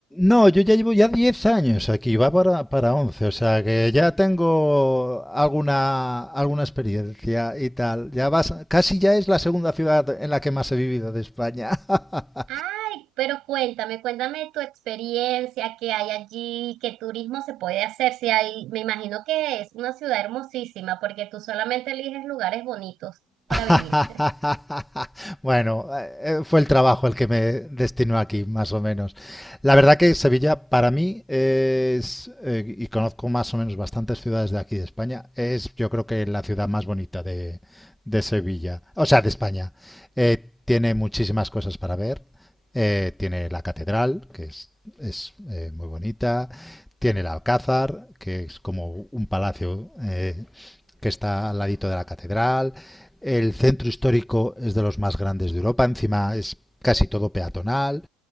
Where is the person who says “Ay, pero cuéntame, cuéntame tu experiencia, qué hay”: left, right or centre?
Right